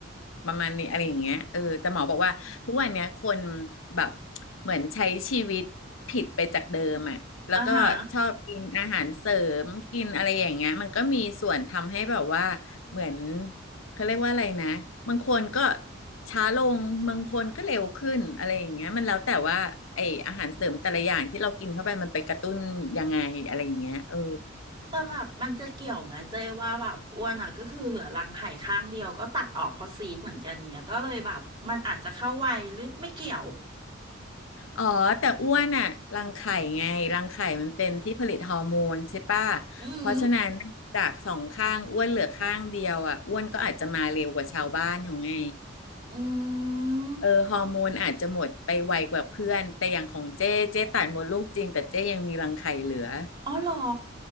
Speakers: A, on the left (about 80°); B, on the right (about 25°).
A: ประมาณนี้อะไรอย่างเงี้ยเออแต่หมอบอกว่าทุกวันเนี้ยคนแบบเหมือนใช้ชีวิตผิดไปจากเดิมอ่ะแล้วก็ชอบกินอาหารเสริมกินอะไรอย่างเงี้ยมันก็มีส่วนทำให้แบบว่าเหมือน
B: อ่าฮะ
A: เขาเรียกว่าอะไรนะบางคนก็ช้าลงบางคนก็เร็วขึ้นอะไรอย่างเงี้ยมันแล้วแต่ว่าไออาหารเสริมแต่ละอย่างที่เรากินเข้าไปมันไปกระตุ้นยังไงอะไรอย่างเงี้ยเออ
B: แต่แบบมันจะเกี่ยวไหมเจ๊ว่าแบบอ้วนอ่ะก็คือเหลือรังไข่ข้างเดียวก็ตัดออกเพราะซีดเหมือนกันเงี้ยก็เลยแบบมันอาจจะเข้าวัยหรือไม่เกี่ยว
A: อ๋อแต่อ้วนอะรังไข่ไงรังไข่มันเป็นที่ผลิตฮอร์โมนใช่ปะ
B: อืม
A: เพราะฉะนั้นจากสองข้างอ้วนเหลือข้างเดียวอะอ้วนก็อาจจะมาเร็วกว่าชาวบ้านของไง
B: อืม
A: เออฮอร์โมนอาจจะหมดไปไวกว่าเพื่อนแต่อย่างของเจ้เจ้ตัดมดลูกจริงแต่เจ้ยังมีรังไข่เหลือ
B: อ๋อเหรอ